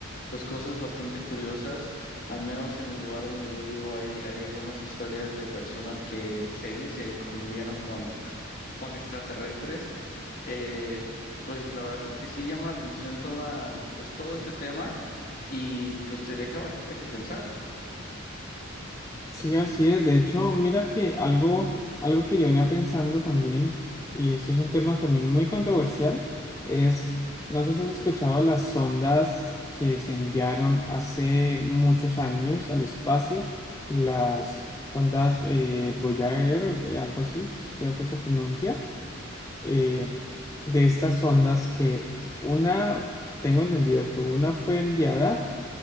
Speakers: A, on the left (about 45°); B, on the left (about 15°).
A: pues cosas bastante curiosas, al menos en el lugar donde yo vivo hay, hay algunas historias de personas que se dice convivieron con, con extraterrestres. Eh, pues la verdad es que sí llama la atención toda, pues todo este tema y pues te deja bastante que pensar.
B: Sí, así es. De hecho, mira que algo, algo que yo venía pensando también, y esto es un tema también muy controversial, es, no sé si has escuchado las sondas que se enviaron hace muchos años al espacio, las sondas eh, Voyager, eh, algo así, creo que se pronuncia, eh, de estas sondas que una, tengo entendido que una fue enviada,